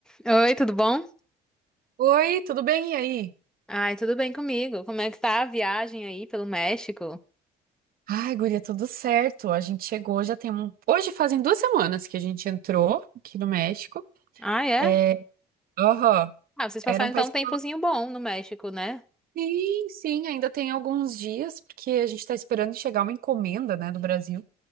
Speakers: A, in the centre; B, on the right (about 60°).
A: Oi, tudo bom?
B: Oi, tudo bem? E aí?
A: Ai, tudo bem comigo. Como é que tá a viagem aí pelo México?
B: Ai, guria, tudo certo. A gente chegou, já tem um. Hoje fazem duas semanas que a gente entrou aqui no México.
A: Ah, é?
B: É, aham.
A: Ah, vocês passaram
B: Era um país
A: então um
B: que
A: tempozinho
B: tava...
A: bom no México, né?
B: Sim, sim, ainda tem alguns dias, porque a gente tá esperando chegar uma encomenda, né, do Brasil.